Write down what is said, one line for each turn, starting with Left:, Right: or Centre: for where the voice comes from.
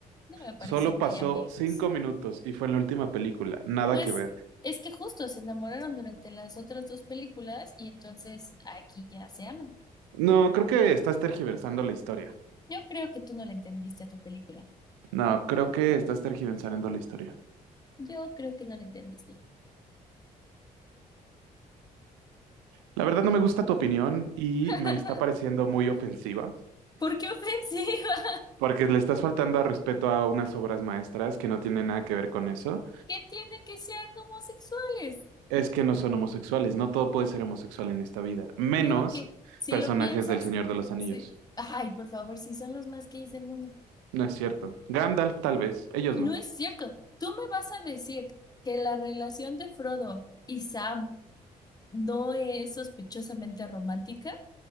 Left: no me parece
Right: Solo
Left: muy
Right: pasó
Left: amigos.
Right: cinco minutos y fue en la última película. Nada
Left: Pues
Right: que ver.
Left: es que justo se enamoraron durante las otras dos películas y entonces aquí ya se aman.
Right: No, creo que estás tergiversando la historia.
Left: Yo creo que tú no le entendiste a tu película.
Right: No, creo que estás tergiversando la historia.
Left: Yo creo que no le entendiste.
Right: La verdad no me gusta tu opinión y
Left: <laughs>
Right: me está pareciendo muy ofensiva.
Left: ¿Por qué ofensiva?
Right: porque le estás faltando a respeto a unas obras maestras que no tienen nada que ver con eso,
Left: ¿Qué <laughs> tiene que sean homosexuales?
Right: es que no son homosexuales. No todo puede ser homosexual en esta vida, menos
Left: Claro que si
Right: personajes
Left: lo piensas,
Right: del Señor de los Anillos.
Left: sí. Ay, por favor, si son los más gays del mundo.
Right: No es cierto. Gandalf tal vez, ellos
Left: No
Right: no.
Left: es cierto. Tú me vas a decir que la relación de Frodo y Sam no es sospechosamente romántica.